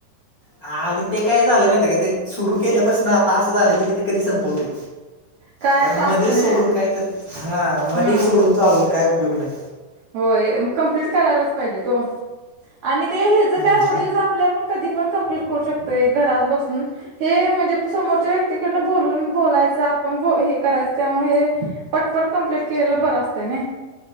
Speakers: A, on the left; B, on the right.
A: हा आणि ते काय झालंय माहित का ते? सुरू केल्यापासन आता असं झालं की ते कधी संपवतोय.
B: काय
A: कारण
B: टास्क
A: मध्ये
B: नाही
A: सोडून काय त्या हा मध्ये
B: हम्म
A: सोडून चाल काय उपयोग नाही.
B: होय कंप्लीट करायलाच पाहिजेत ओ आणि ते हे ज
A: हम्म
B: काय ओडीओ जात ते आपल आपण कधी पण कंप्लीट करू शकतोय घरात बसून. हे म्हणजे समोरच्या व्यक्तीकडन बोलून बोलायचं आपण हे करायच त्यामुळ हे. पटपट कंप्लीट केलेला बर असतं नाही.